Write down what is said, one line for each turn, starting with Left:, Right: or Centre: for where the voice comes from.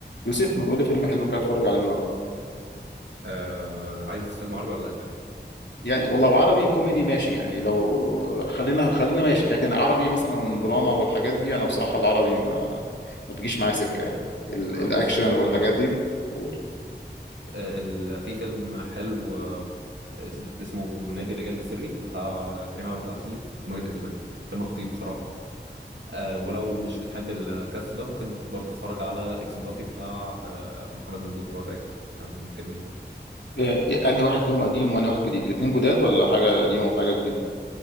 Left: يوسف ما تقول لي فيلم حلو كده اتفرج عليه النهارده
Right: آه عايز فيلم عربي ولا أجنبي؟
Left: يعني ولو عربي كوميدي ماشي يعني لو خلينا خلينا ماشي لكن عربي مثلا دراما والحاجات دي انا بصراحه العربي ما, ما بيجيش معايا سكه يعني ال...
Right: آه،
Left: الاكشن
Right: بص هقول
Left: والحاجات
Right: لك
Left: دي قول
Right: آه ال... في فيلم حلو آه اس- اسمه نادي الرجال السري بتاع كريم عبد العزيز وماجد الكدواني فيلم خطير بصراحة آه ولو مش بتحب الكاست ده ممكن برضو تتفرج على اكس مراتي بتاع آه محمد ممدوح اللي هو تايسون كان جميل برضو
Left: إيه، انهي واحد فيهم قديم وانهي واحد جديد الاثنين جداد ولا حاجه قديم وحاجه جديده